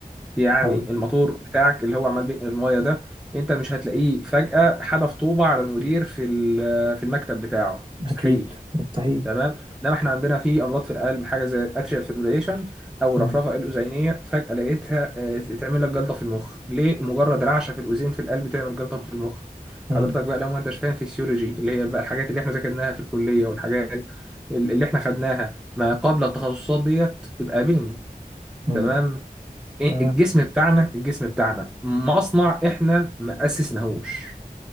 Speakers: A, in the centre; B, on the right.
A: يعني
B: أيوة.
A: الموتور بتاعك اللي هو عمال بينقل المايه ده انت مش هتلاقيه فجأة حدف طوبة على المدير في ال- في المكتب بتاعه
B: أكيد
A: مستحيل
B: مستحيل
A: تمام انما احنا عندنا في امراض في القلب حاجه زي اتريال فيبريليشن او
B: مم.
A: الرفرفه الاذينيه فجاه لقيتها آه، تعمل لك جلطه في المخ ليه مجرد رعشه في الاذين في القلب تعمل جلطه في المخ
B: مم.
A: حضرتك بقى لو ما انتش فاهم فيسيولوجي اللي هي بقى الحاجات اللي احنا ذاكرناها في الكليه والحاجات اللي احنا خدناها ما قبل التخصصات ديت يبقى قابلني
B: مم.
A: تمام إيه-
B: آه.
A: الجسم بتاعنا الجسم بتاعنا مصنع احنا ما اسسناهوش